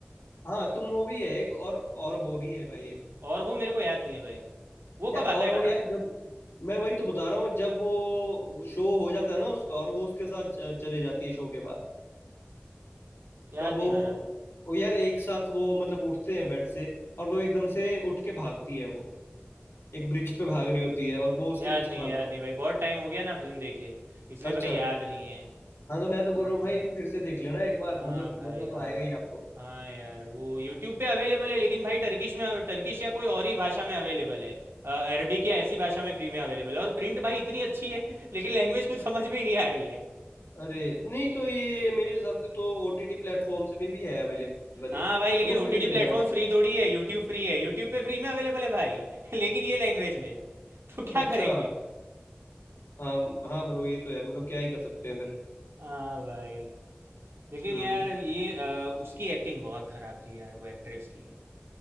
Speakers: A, on the left; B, on the right.
A: हाँ तुम हो भी है एक और और हो भी है भाई एक
B: और हो मेरे को याद नहीं है भाई वो
A: यार
B: कब आता
A: और
B: है
A: हो
B: गाना
A: यार जब मैं वही तो बता रहा हूँ जब वो शो हो जाता है ना उसका और वो उसके साथ च- चले जाती है शो के बाद
B: याद
A: तब वो
B: नहीं आ रहा
A: वो यार एक साथ वो मतलब उठते हैं बेड से और वो एकदम से उठ के भागती है वो एक ब्रिज पे भाग रही होती है और वो उसके
B: याद
A: पीछे
B: नहीं
A: भागता
B: है याद
A: है
B: नहीं भाई बहुत टाइम हो गया ना फिल्म देखे इसलिए
A: अच्छा
B: भाई याद नहीं है
A: हाँ तो मैं तो बोल
B: हाँ
A: रहा हूँ भाई फिर से देख लेना एक बार
B: हाँ
A: मतलब
B: भाई
A: मजा तो
B: हाँ
A: आएगा ही आपको
B: हाँ यार वो यूट्यूब पे अवेलेबल है लेकिन भाई टर्किश में टर्किश या कोई और ही भाषा में अवेलेबल है अरबिक या ऐसी भाषा में फ्री में अवेलेबल है और प्रिंट भाई इतनी अच्छी है <laughs> लेकिन लैंग्वेज कुछ समझ में ही नहीं आ रही है
A: अरे नहीं तो ये मेरे हिसाब से तो ओटीटी प्लेटफॉर्म्स में भी है अवेलेबल
B: हाँ
A: ये
B: भाई लेकिन
A: तो वहीं
B: ओटीटी
A: पे देख लेना
B: प्लेटफॉर्म
A: यार
B: फ्री थोड़ी है यूट्यूब फ्री है यूट्यूब पे फ्री में अवेलेबल है भाई <laughs> लेकिन ये लैंग्वेज में तो क्या
A: अच्छा
B: करेंगे
A: हाँ हाँ ब्रो ये तो है मतलब क्या ही कर सकते हैं फिर
B: हाँ भाई लेकिन
A: हम्म
B: यार ये अ, उसकी एक्टिंग बहुत खराब थी यार वो एक्ट्रेस की